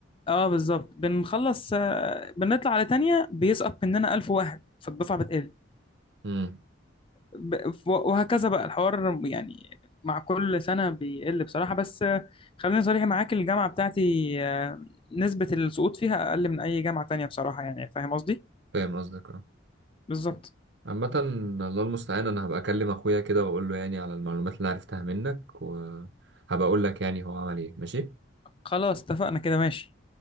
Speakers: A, on the left; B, on the right.
A: اه بالظبط بنخلص آه، بنطلع على تانية بيسقط مننا 1000 واحد فالدفعة بتقل
B: امم
A: ب- و- وهكذا بقى الحوار يعني مع كل سنة بيقل بصراحة بس آه، خليني صريح معاك الجامعة بتاعتي آه، نسبة السقوط فيها أقل من أي جامعة تانية بصراحة يعني فاهم قصدي؟
B: فاهم قصدك آه.
A: بالظبط
B: عامة الله المستعان انا هبقى اكلم اخويا كده واقول له يعني على المعلومات اللي أنا عرفتها منك وهبقى اقول لك يعني هو عمل ايه ماشي
A: خلاص اتفقنا كده ماشي